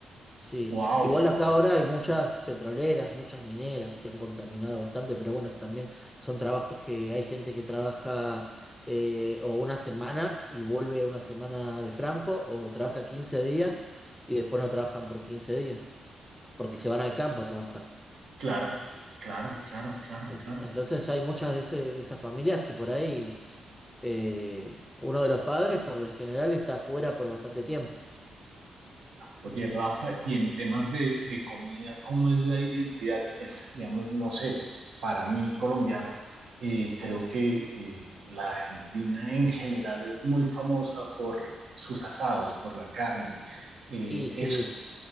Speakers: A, in the centre; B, on the right (about 65°).
A: Sí,
B: Wow,
A: igual
B: wow.
A: acá ahora hay muchas petroleras, muchas mineras que han contaminado bastante, pero bueno, eso también son trabajos que hay gente que trabaja eh, o una semana y vuelve una semana de franco, o trabaja 15 días y después no trabajan por 15 días, porque se van al campo a trabajar.
B: Claro, claro, claro, claro,
A: En-
B: claro.
A: Entonces hay muchas de, ese- de esas familias que por ahí eh, uno de los padres por lo general está afuera por bastante tiempo.
B: Oye, Rafa, y en temas de, de comida, ¿cómo es la identidad? Es, digamos, no sé, para mí colombiano, eh, creo que eh, la Argentina en general es muy famosa por sus asados, por la carne. Eh,
A: Y sí,
B: eso,